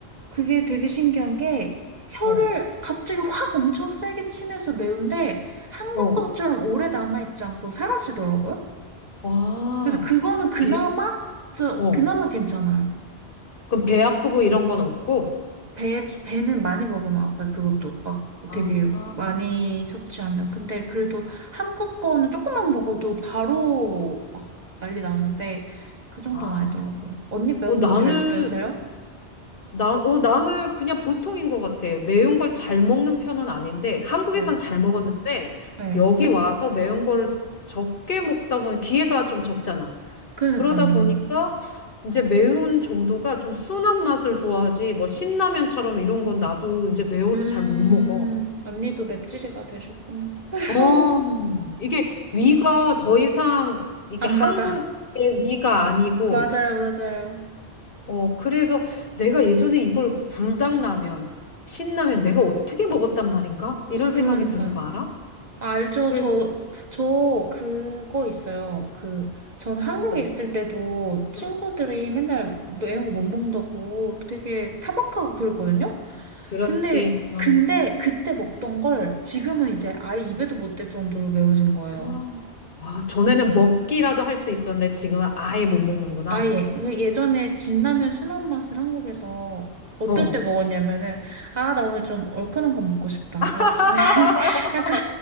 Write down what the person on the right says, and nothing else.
그게 되게 신기한 게, 혀를
갑자기 확 엄청 세게 치면서 매운데, 한국
것처럼 오래 남아있지 않고 사라지더라고요.
그래서 그거는 그나마,
저,
그나마 괜찮아요.
배, 배는 많이 먹으면 아파요. 그것도 막
되게
많이 섭취하면. 근데 그래도 한국 거는 조금만 먹어도 바로 막 난리 나는데 그 정도는
아니더라고요. 언니 매운
거 잘 드세요?
네.
네.
그러니까요.
음,
언니도 맵찔이가 되셨구나. <laughs>
안
받아.
<laughs> 맞아요, 맞아요.
그러니까요.
아, 알죠.
저, 저 그거 있어요. 그, 저는
한국에
있을
때도 친구들이
맨날 매운 거 못 먹는다고 되게 타박하고 그랬거든요.
근데,
근데 그때 먹던 걸 지금은 이제 아예 입에도 못 댈 정도로 매워진 거예요.
아, 예. 그 예전에 진라면 순한 맛을 한국에서 어떨
때 먹었냐면은, 아, 나 오늘 좀 얼큰한 거 먹고 싶다.
나 좀- <laughs> 약간,